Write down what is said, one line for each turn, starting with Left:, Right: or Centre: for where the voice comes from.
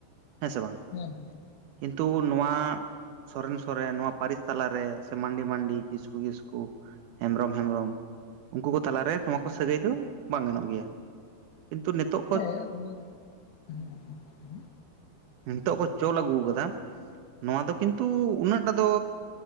Right: ᱦᱮᱸ ᱥᱮ ᱵᱟᱝ?
Left: ᱦᱮᱸ ᱦᱮᱸ᱾
Right: ᱠᱤᱱᱛᱩ ᱱᱚᱣᱟ ᱥᱚᱨᱮᱱ-ᱥᱚᱨᱮᱱ ᱱᱚᱣᱟ ᱯᱟᱹᱨᱤᱥ ᱛᱟᱞᱟᱨᱮ ᱥᱮ ᱢᱟᱱᱰᱤ-ᱢᱟᱱᱰᱤ ᱠᱤᱥᱠᱩ-ᱠᱤᱥᱠᱩ ᱦᱮᱢᱵᱨᱚᱢ-ᱦᱮᱢᱵᱨᱚᱢ ᱩᱱᱠᱩ ᱠᱚ ᱛᱟᱞᱟᱨᱮ ᱱᱚᱣᱟ
Left: ᱦᱮᱸ
Right: ᱠᱚ ᱥᱟᱹᱜᱟᱹᱭ ᱫᱚ ᱵᱟᱝ ᱜᱟᱱᱚᱜ ᱜᱮᱭᱟ᱾ ᱠᱤᱱᱛᱩ ᱱᱤᱛᱳᱜ ᱠᱚ
Left: ᱦᱮᱸ ᱦᱮᱸ ᱚᱱᱟ ᱦᱮᱸ ᱦᱮᱸ ᱞᱟᱹᱭ ᱢᱮ।
Right: ᱱᱤᱛᱚᱜ ᱠᱚ ᱪᱚᱞ ᱟᱹᱜᱩ ᱠᱟᱫᱟ ᱱᱚᱣᱟ ᱫᱚ ᱠᱤᱱ ᱛᱩ ᱩᱱᱟᱹᱜᱴᱟ ᱫᱚ